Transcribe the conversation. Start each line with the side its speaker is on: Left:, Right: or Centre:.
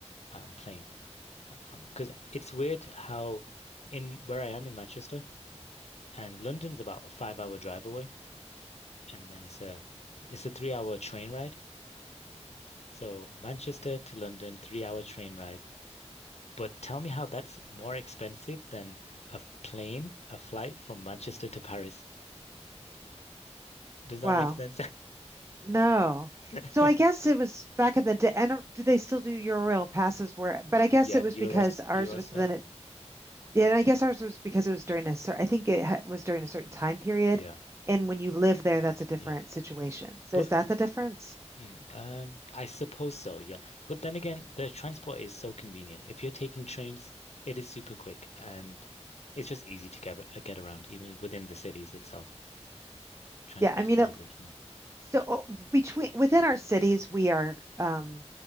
Left: um, plane. Uh, Um, because it's weird how in where I am in Manchester. and London's about a five hour drive away, and then it's a it's a three hour train ride. So Manchester to London, three hour train ride. But tell me how that's more expensive than a f- plane, a flight from Manchester to Paris. Does that
Right: Wow.
Left: make sense?
Right: No.
Left: <laughs>
Right: So I guess it was back in the day. I don't, do they still do Eurail passes where, but I guess
Left: Yeah,
Right: it was
Left: Euros,
Right: because ours
Left: Eurostar.
Right: was then Yeah, and I guess ours was because it was during a cer I think it ha was during a certain time period.
Left: Yeah,
Right: And when you live there, that's a different
Left: yeah.
Right: situation. So
Left: But
Right: is that the difference?
Left: Mm, um, I suppose so, yeah. But then again, the transport is so convenient. If you're taking trains, it is super quick and it's just easy to get, uh, get around, even within the cities itself. Transport
Right: Yeah, I mean,
Left: is pretty
Right: it,
Left: good. Mm.
Right: so uh, between within our cities, we are um,